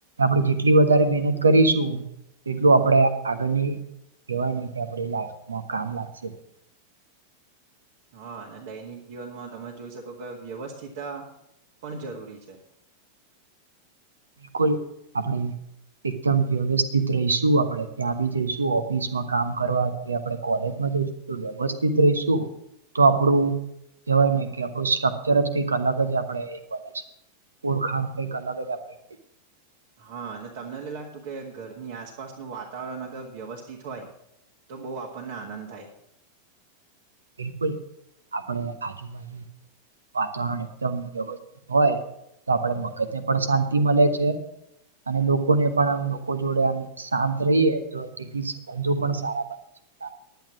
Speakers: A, on the right (about 75°); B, on the right (about 55°).
A: આપણે જેટલી વધારે મહેનત કરીશું તેટલું આપણે આગળની કેવાય ન કે આપડી લાઈફમાં કામ લાગશે.
B: હા અને દૈનિક જીવનમાં તમે જોઈ શકો કે વ્યવસ્થિત પણ જરૂરી છે.
A: બિલકુલ આપણે એકદમ વ્યવસ્થિત રહીશું આપણે ત્યાં બી જઈશું ઓફિસ માં કામ કરવા કે આપણે કોલેજમાં વ્યવસ્થિત રહીશું તો આપડું કહેવાય ને કે આપણું સ્ટ્રક્ચર જ કઈક અલગ જ આપણેેને છે. ઓળખાણ કઈક અલગ જ આપણે
B: હા અને તમને લાગતું કે ઘરની આસપાસનું વાતાવરણ અગર વ્યવસ્થિત હોય તો બહુ આપણને આનંદ થાય.
A: બિલકુલ આપડ આજુબાજુત રણ એકદમ વ્યવસ્થિત હોય તો આપણે મગજ ને પણ શાંતિ મળે છે. અને લોકોને પણ આમ લોકો જોડે આમ શાંત રહીએ તો તે સંબંધો પણ સારા બને છે.